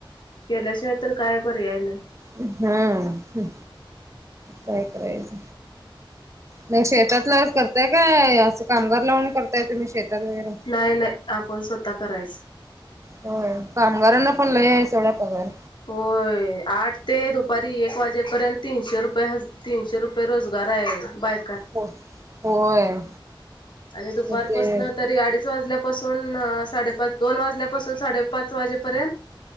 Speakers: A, on the left; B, on the right.
A: केल्याशिवाय तर काय पर्याय नाही.
B: हं हा काय करायच नाही शेतातला करताय काय असं कामगार लावून करताय तुम्ही शेतात वगैरे?
A: नाही नाही आपण स्वतः करायचं.
B: होय कामगारांना पण लय आहे सोडा पगार.
A: होय आठ तेदुपारी एक वाजेपर्यंत तीनशे रुपये रोजगार आहे बाय
B: हो होय.
A: आणि दुपार
B: मग ते
A: पासन तरी अडीच वाजल्यापा पासून साडेपाच दोन वाजल्यापासून साडेपाच वाजेपर्यंत.